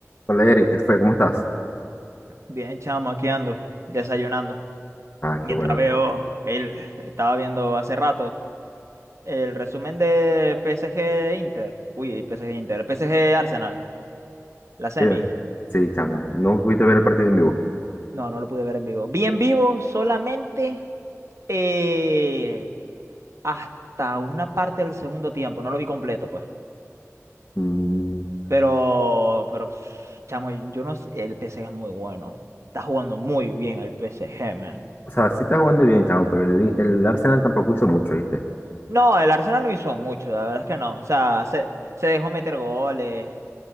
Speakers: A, on the left; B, on the right.
A: Hola Eric, ¿qué fue? ¿Cómo estás?
B: Bien, chamo, aquí ando, desayunando.
A: Ah,
B: Mientras
A: qué bueno.
B: veo, el, estaba viendo hace rato el resumen de PSG Inter. Uy, PSG Inter, PSG Arsenal, la semi.
A: Eh, Sí, chamo, no pudiste ver el partido en vivo.
B: No, no lo pude ver en vivo. Vi en vivo solamente eh, hasta una parte del segundo tiempo, no lo vi completo, pues.
A: Mm,
B: Pero, pero, pff, chamo, yo no sé, el PSG es muy bueno. Está jugando muy bien el PSG, man.
A: o sea, sí está jugando bien, chamo, pero el, el Arsenal tampoco hizo mucho, ¿viste?
B: No, el Arsenal no hizo mucho, la verdad es que no. O sea, se, se dejó meter goles.